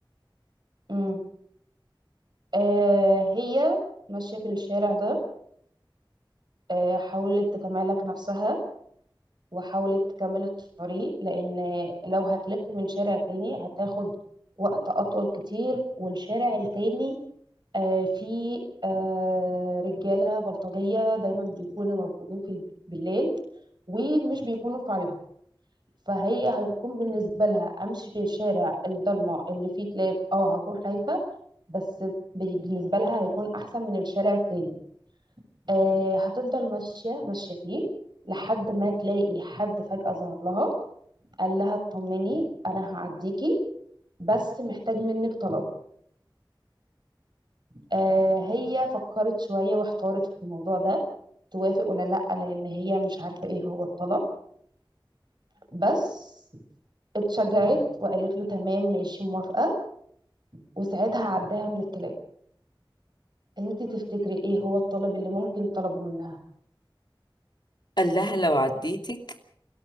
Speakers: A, on the right; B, on the left.
A: مم. آه هي ماشية في الشارع ده آه حاولت تتمالك نفسها وحاولت تكمل الطريق لأن لو هتلف من شارع تاني هتاخد وقت أطول كتير والشارع التاني آه فيه آه رجالة بلطجية دايما بيكونوا موجودين في الب- بالليل ومش بيكونوا في عيون فهي هيكون بالنسبة لها أمشي في الشارع الضلمة اللي فيه كلاب اه هكون خايفة بس ب- بالنسبة لها هيكون أحسن من الشارع التاني آه هتفضل ماشية ماشية فيه لحد ما تلاقي حد فجأة ظهر لها قال لها اطمني أنا هعديكي بس محتاج منك طلب آه هي فكرت شوية واحتارت في الموضوع ده توافق ولا لأ لأن هي مش عارفة ايه هو الطلب بس اتشجعت وقالت له تمام ماشي موافقة وساعتها عداها من الكلام انت تفتكري ايه هو الطلب اللي ممكن طلبه منها
B: قال لها لو عديتك